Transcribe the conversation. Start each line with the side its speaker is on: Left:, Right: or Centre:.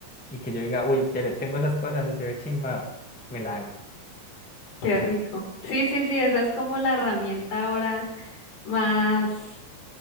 Centre: y que yo diga, uy, te- tengo esas cosas y se ve chimba, me la hago.
Left: Qué rico. Sí, sí, sí, esa es como la herramienta ahora más.